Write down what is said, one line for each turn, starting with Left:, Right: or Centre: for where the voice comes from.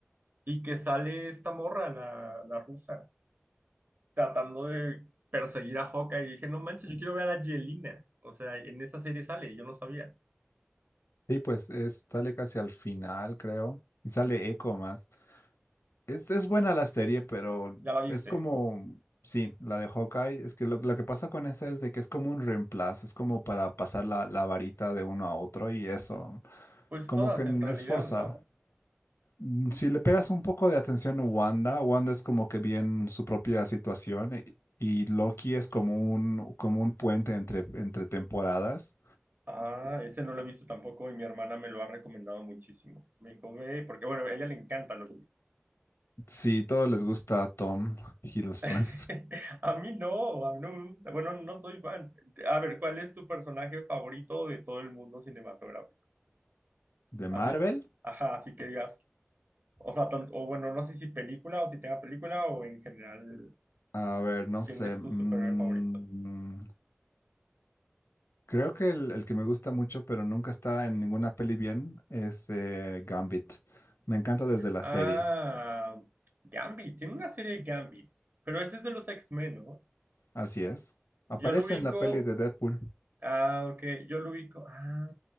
Right: y que sale esta morra, la, la rusa tratando de perseguir a Hawkeye y dije, no manches, yo quiero ver a Yelena. O sea, en esa serie sale, yo no sabía.
Left: Sí, pues es, sale casi al final, creo. Y sale Echo más. Es, es buena la serie, pero
Right: ¿Ya la viste?
Left: es como, sí, la de Hawkeye, es que lo, lo que pasa con esa es de que es como un reemplazo, es como para pasar la, la varita de uno a otro y eso,
Right: Pues
Left: como
Right: todas
Left: que n-
Right: en realidad,
Left: es forzado.
Right: ¿no?
Left: Mm, Si le pegas un poco de atención a Wanda, Wanda es como que bien su propia situación y, y Loki es como un, como un puente entre, entre temporadas.
Right: Ah, ese no lo he visto tampoco y mi hermana me lo ha recomendado muchísimo. Me dijo, ve, porque bueno, a ella le encanta lo que...
Left: Sí, todos les gusta Tom Hiddleston
Right: <laughs> A mí no, a mí no me gusta. Bueno, no soy fan. A ver, ¿cuál es tu personaje favorito de todo el mundo cinematográfico?
Left: <laughs> de
Right: Así,
Left: Marvel.
Right: ajá, así que digas, o sea, tan- o bueno, no sé si película o si tenga película o en general,
Left: A ver, no sé.
Right: ¿quién es
Left: mm,
Right: tu superhéroe favorito?
Left: Creo que el, el que me gusta mucho, pero nunca está en ninguna peli bien, es eh, Gambit. Me encanta desde la
Right: Ah,
Left: serie.
Right: Gambit, tiene una serie de Gambit, pero ese es de los X-Men, ¿no?
Left: Así es. Aparece
Right: Yo lo ubico,
Left: en la peli de Deadpool.
Right: ah, ok, yo lo ubico, ah,